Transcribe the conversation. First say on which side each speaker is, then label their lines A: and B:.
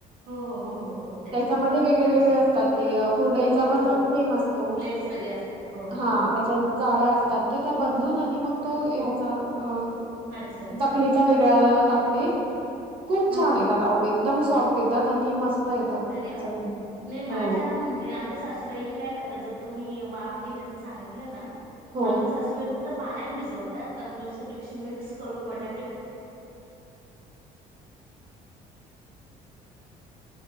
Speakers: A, on the right; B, on the right.
A: हो हो हो हो हो त्याच्यात
B: त्याच्यामध्ये वेगळे वेगळे
A: अच्छा
B: असतात ते कुरडाईचा
A: हो
B: पण
A: हो
B: सेम
A: अ,
B: असतो
A: हो प्लेट्स वेगळे असतात हो हो
B: हा
A: हो
B: त्याच्या जाळ्या असतात ते त्या बदलून आणि मग
A: ह
B: तो
A: ह
B: ह्याचा अ
A: अच्छा अच्छा
B: चकलीचा वेगळा टाकते- खूप
A: हा
B: छान
A: हा
B: येतात
A: हा
B: अहो एकदम सॉफ्ट येतात आणि मस्त येतात
A: अरे वा
B: चवीला.
A: नाही माझ्या
B: हो
A: म्हणजे आमच्या सासूबाई हे काय करतात जर तुम्ही वाप घेण्या सांगितलं ना..
B: हो
A: आमच्या सासूबाई तुम्ही फक्त पाण्यात भिजवतात आणि दुसऱ्या दिवशी मिक्स करून बटाटे